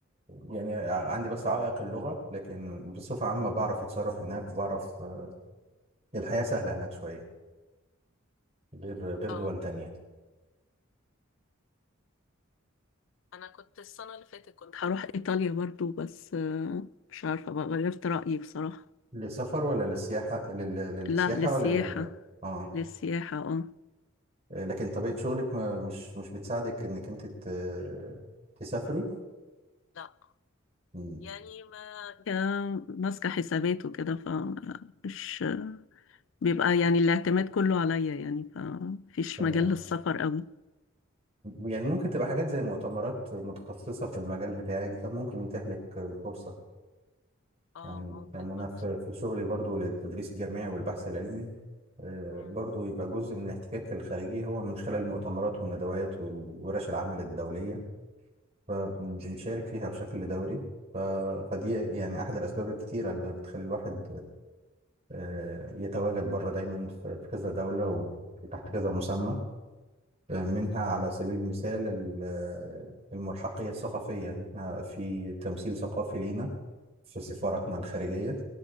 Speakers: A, on the right; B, on the left.
A: يعني عندي بس عائق اللغة لكن بصفة عامة بعرف أتصرف هناك وبعرف آه، الحياة سهلة هناك شوية غير غير
B: اه
A: دول تانية
B: انا كنت السنة اللي فاتت كنت هروح ايطاليا برضو بس آه، مش عارفة بقى غيرت رأيي بصراحة
A: للسفر ولا للسياحة لل... للسياحة
B: لا للسياحة
A: ولا لل... اه
B: للسياحة اه
A: لكن طبيعة شغلك ما مش مش بتساعدك إنك أنت ت... تسافري
B: لا
A: مم.
B: يعني ما يا- ماسكة حسابات وكده فمش بيبقى يعني الاعتماد كله عليا يعني فمفيش
A: تمام
B: مجال للسفر قوي
A: يعني ممكن تبقى حاجات زي مؤتمرات متخصصة في المجال بتاعك ده ممكن يتيح لك الفرصة
B: اه
A: يعني
B: ممكن
A: يعني أنا
B: برضه
A: في في شغلي برضو للتدريس الجامعي والبحث العلمي آه،
B: مم.
A: برضو يبقى جزء من الاحتكاك الخارجي هو من خلال المؤتمرات والندوات والورش العمل الدولية فبنشارك فيها بشكل دوري ف- فدي يعني أحد الأسباب الكتيرة اللي بتخلي الواحد آه، يتواجد بره دايما في في كذا دولة وتحت كذا مسمى منها على سبيل المثال ال- الملحقية الثقافية إن إحنا في تمثيل ثقافي لينا في سفاراتنا الخارجية